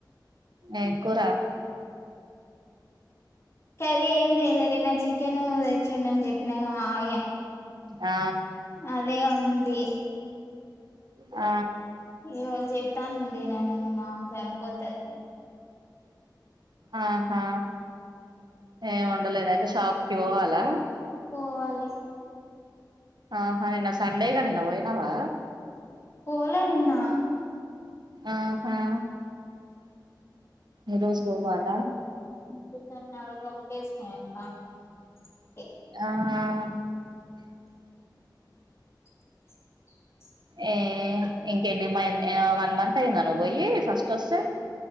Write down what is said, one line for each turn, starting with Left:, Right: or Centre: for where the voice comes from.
Right: ఏం కూరా?
Left: కర్రీ ఏం చెయలే నిన్న చికెన్ తెచ్చి ఉండని చెప్పినాగ మా ఆయ
Right: ఆ
Left: అదే ఉండి
Right: ఆ
Left: ఈ రోజు చెప్తానంది నేను ఇంకా సరిపోతది.
Right: ఆహా ఏం వండలేదు అంటే షాప్కి పోవాలా?
Left: పోవాలి
Right: ఆహా నిన్న సండేగా నిన్న పోయినావా?
Left: పోలె ఎన్నా
Right: ఆహా ఈరోజు వాన
Left: <unintelligible>
Right: ఆహ
Left: <inaudible>
Right: ఏ ఇంకెన్ని మన్త్ <unintelligible> వన్ మంత్ అయిందా నువ్వు పోయి ఫస్ట్ వస్తే.